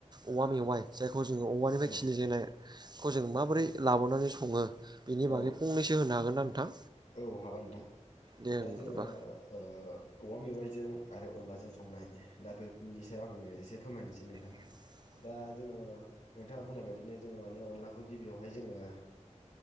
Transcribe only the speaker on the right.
औवा मेवाइ जायखौ जोङो औवानिफ्राय
खिलिजेननाय खौ जों माबोरै लाबोनानै सङो बेनि
बागै फंनैसो होनो हागोन ना नोंथां
दे
बिदिबा
लांदां